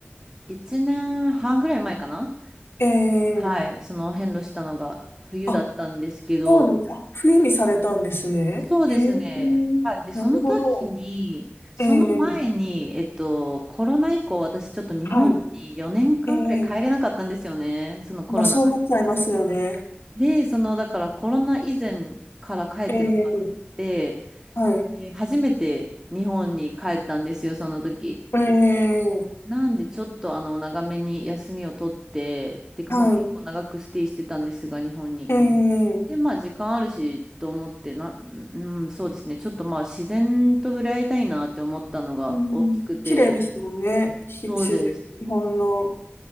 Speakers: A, on the right (about 15°); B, on the left (about 80°).
A: 1年半ぐらい前かな
B: えええ
A: はい、その遍路したのが冬だったんですけど、
B: あ、そうなんです。あ、冬にされたんですね。
A: そうですね。
B: へえ、
A: はい。で、その時に、
B: なるほど。
A: その前に、
B: ええ、
A: えっと、コロナ以降、私ちょっと日本に4年間ぐらい帰れなかったんですよね。
B: はい。ええ、
A: そのコロナの影響で。
B: まあそう思っちゃいますよね。
A: で、その、だからコロナ以前から帰ってなかった。
B: ええ、
A: で、
B: はい。
A: えー初めて日本に帰ったんですよ、その時。
B: ええ、
A: なんでちょっとあの長めに休みを取って、っていうかまあ結構長くステイしてたんですが、
B: はい。
A: 日本に。
B: ええ、
A: で、まあ時間あるしと思ってな、うん、そうですね。ちょっとまあ自然と触れ合いたいなって思ったのが大きくて、
B: うん、綺麗ですもんね。ひ、
A: そうです。
B: 自然、日本の。